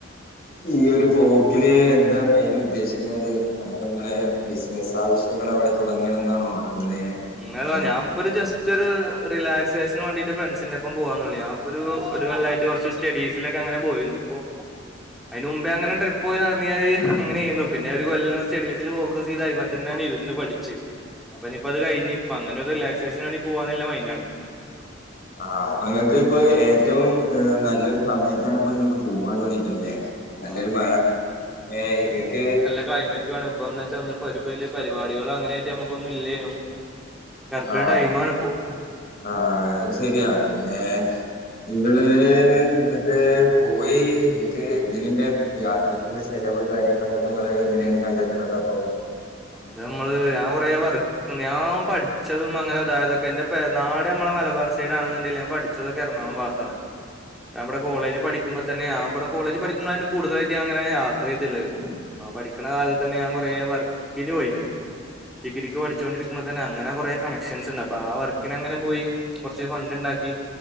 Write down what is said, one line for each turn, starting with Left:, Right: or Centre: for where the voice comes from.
Left: ഈയൊരു പോക്ക്ല് എന്താ മെയിനുദ്ദേശിക്ണത് അത്പ്പങ്ങളെ ബിസിനസ് ആവശ്യങ്ങൾ അവിടെ തുടങ്ങണം ന്നാണോ അങ്ങനെ
Centre: ഇങ്ങളോ
Left: അല്ല
Centre: ഞ്ഞാം ഒരു ജസ്റ്റ് ഒരു റിലാക്സേഷന് വേണ്ടിട്ട് ഫ്രണ്ട്സിന്റെ ഒപ്പം പോവാന്നൊള്ളി അപ്പൊരു ഒരു കൊല്ലായിട്ട് കുറച്ച് സ്റ്റഡീസിലൊക്കെ അങ്ങനെ പോയിരുന്നു അപ്പോ അതിന് മുമ്പേ അങ്ങനെ ട്രിപ്പ് പോയിനടന്ന് ഞാന് അങ്ങനെയ്യാരുന്ന് പിന്നേ ഒരു കൊല്ലം സ്റ്റഡീസിൽ ഫോക്കസ് ചെയ്ത് അയ്മേ തന്നെയാണ് ഇരുന്ന് പഠിച്ച്. അപ്പൊ ഇനിയിപ്പോ അത് കഴിഞ്ഞ്. പ്പൊ അങ്ങനെ ഒരു റിലാക്സേഷന് വേണ്ടി പോവാന്ന്ല്ല മൈൻഡാണ്
Left: ആഹ് അപ്പൊ നിങ്ങക്ക് ഇപ്പൊ ഏറ്റവും നല്ലൊരു സമയത്താണ് ഇപ്പ ങ്ങക്ക് പൂവാൻ തോന്നിക്കണല്ലേ നല്ലൊരു
Centre: ആ
Left: മഴ പിന്നെ ഇങ്ങക്ക്
Centre: ക്ലൈമറ്റ് വേണേ ഇപ്പ എന്ന്വച്ചാ <unintelligible> ഒരു വലിയ പരിപാടികൾ അങ്ങനെയായിട്ട് നമ്മുക്കൊന്നും ഇല്ലേനും കറക്റ്റ്
Left: ആഹ്
Centre: ടൈമാണ് ഇപ്പോ
Left: ആഹ് ശരിയാ പിന്നെ ഇങ്ങള് ഇന്നട്ട് പോയി ഇങ്ങക്ക്തിനില്ലേ യാത്രക്ക്ല്ലെ ചെലവ് കാര്യങ്ങളൊക്കെ ഇങ്ങള് എങ്ങെനേണ് കണ്ടെത്ത്ണതപ്പോ?
Centre: അത് നമ്മള് ഞാൻ കുറേ പറ ഞ്ഞാം പട്ച്ചതും അങ്ങനെതായതൊക്കെ എന്റെ പേര നാടമ്മളെ മലബാർ സൈഡാണെന്നുണ്ടെങ്കിലും ഞാൻ പഠിച്ചതൊക്ക എറണാകുളം ഭാത്താ <inaudible> നമ്മുടെ കോളേജി പടിക്കുമ്പോതന്നെ ഞ്ഞാംമ്പടെ കോളേജ് പഠിക്കുമ്പളാണ് കൂടുതലായിട്ടങ്ങനെ യാത്ര ചെയ്ത്ള്ളേ ആഹാ പഠിക്ണ കാലത്തെന്നെ ഞാൻ കൊറേ വർക്കിന് പോയിന് ഡിഗ്രിക്ക് പഠിച്ചോണ്ടിരിക്കുമ്പോ തന്നെ അങ്ങനെ കൊറേ കണക്ഷൻസ്ണ്ട് അപ്പ ആ വർക്കിനങ്ങനെ പോയി കൊറച്ച് ഫണ്ട്ണ്ടാക്കി